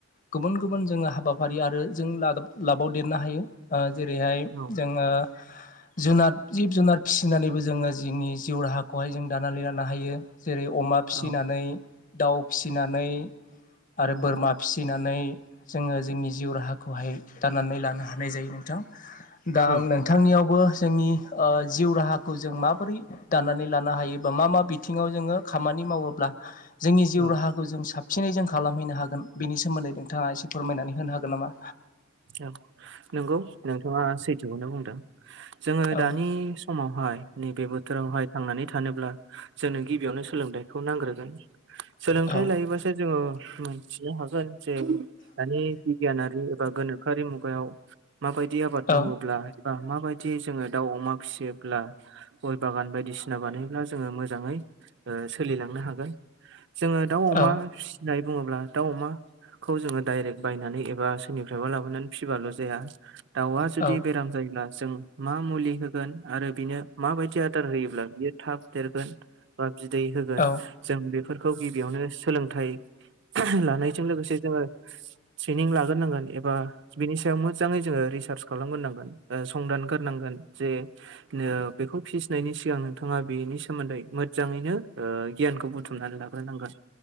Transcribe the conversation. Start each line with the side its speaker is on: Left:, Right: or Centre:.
Left: गुबुन गुबुन जोङो हाबाफारि आरो जों ला-लाबावदेरनो हायो। ओ जेरै हाय
Right: औ
Left: जोङो जुनार जिब जुनार फिसिनानैबो जोङो जोंनि जिउ राहाखौहाय जों दानानै लानो हायो। जेरै अमा फिसिनानै
Right: औ
Left: दाउ फिसिनानै आरो
Right: औ
Left: बोरमा फि सिनानै जोङो जोंनि जिउ राहाखौहाय दाननानै लानो हानाय जायो नोंथां। दा
Right: औ
Left: आं नोंथांनियावबो जोंनि ओ जिउ राहाखौ जों माबोरै दानानै लानो हायो बा मा मा बिथिङाव जोङो खामानि मावोब्ला जोंनि जिउ
Right: औ
Left: राहाखौ जों साबसिनै जों खालामहैनो हागोन बेनि सोमोन्दै नोंथाङा एसे फोरमायनानै होनो हागोन नामा?
Right: औ नंगौ नोंथाङा सैथोखौनो बुंदों जोङो
Left: औ
Right: दानि समावहाय नैबे बोथोरावहाय थांनानै थानोब्ला जोंनो गिबियावनो सोलोंथायखौ नांग्रोगोन। सोलोंथाइ
Left: औ
Right: लायोबासो जोङो मोनथिनो हागोन जे दानि बिगियाना रि एबा गोनोखोआरि मुगायाव माबायदि आबाद मावोब्ला
Left: औ
Right: एबा माबायदि जोङो दाउ अमा फिसियोब्ला गय बागान बायदिसिना बानायोब्ला जोङो मोजाङै ओ सोलिलांनो हागोन। जोङो दाउ अमा
Left: औ
Right: फिसिनाय बुंङोब्ला दाउ अमाखौ जोङो डाइरेक्ट बायनानै एबा सोरनिफ्रायबा लाबोनानै फिबाल' जाया दाउआ जुदि
Left: औ
Right: बेराम जायोब्ला जों मा मुलि होगोन आरो बिनो माबायदि आदार होयोब्ला बियो थाब देरगोन। बा बिदै होगोन
Left: औ
Right: जों बेफोरखौ गिबियावनो सोलोंथाइ <unintelligible> लानायजों लोगोसे जोङो ट्रेनिं लाग्रोनांगोन। एबा बिनि सायाव मोजाङै जोङो रिसार्च खालामग्रोनांगोन संदानरग्रोनांगोन जे नो बेखौ फिसिनायनि सिगां नोंथाङा बेनि सोमोन्दै मोजाङैनो ओ गियानखौ बु थुमनानै लाग्रोनांगोन